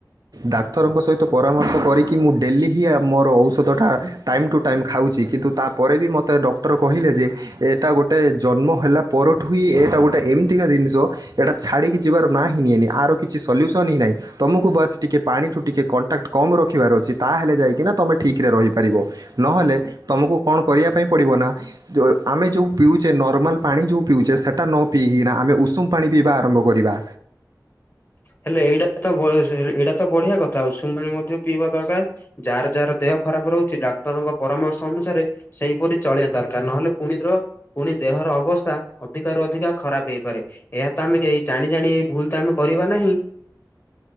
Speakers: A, on the right; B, on the left.
A: ଡାକ୍ତରଙ୍କ ସହିତ ପରାମର୍ଶ କରିକି ମୁଁ ଡେଲି ହିଁ ମୋର ଔଷଧଟା ଟାଇମ୍ ଟୁ ଟାଇମ୍ ଖାଉଛି କିନ୍ତୁ ତାପରେ ବି ମୋତେ ଡକ୍ଟର କହିଲେ ଯେ ଏଇଟା ଗୋଟେ ଜନ୍ମ ହେଲା ପରଠୁ ହି ଏଇଟା ଗୋଟେ ଏମିତିକା ଜିନିଷ ଏଇଟା ଛାଡ଼ିକି ଯିବାର ନାଁ ହିଁ ନିଏନି ଆର କିଛି ସଲ୍ୟୁସନ୍ ହିଁ ନାହିଁ ତୁମକୁ ବସ୍ ଟିକେ ପାଣିଠୁ ଟିକେ କଣ୍ଟାକ୍ଟ କମ୍ ରଖିବାର ଅଛି। ତାହେଲେ ଯାଇକିନା ତମେ ଠିକରେ ରହିପାରିବ, ନହେଲେ ତମକୁ କଣ କରିବା ପାଇଁ ପଡ଼ିବ ନା ଯେଉଁ ଆମେ ଯେଉଁ ପିଉଛେ ନର୍ମାଲ ପାଣି ଯେଉଁ ପିଉଛେ ସେଇଟା ନ ପିଇକିନା ଆମେ ଉଷୁମ ପାଣି ପିଇବା ଆରମ୍ଭ କରିବା।
B: ହେଲେ ଏଇଟା ତ ଏଇଟା ତ ବଢିଆ କଥା ଆଉ ଉସୁମପାଣି ମଧ୍ୟ ପିଇବା ଦରକାର। ଯାହାର ଯାହାର ଦେହ ଖରାପ ରହୁଛି ଡାକ୍ତରଙ୍କ ପରାମର୍ଶ ଅନୁସାରେ ସେଇପରି ଚଳିବା ଦରକାର ନହେଲେ ପୁଣିଥର ପୁଣି ଦେହର ଅବସ୍ଥା ଅଧିକରୁ ଅଧିକା ଖରାପ ହେଇପାରେ। ଏହା ତ ଆମେ କେହି ଜାଣି ଜାଣି ଏଇ ଭୁଲ କାମ କରିବା ନାହିଁ।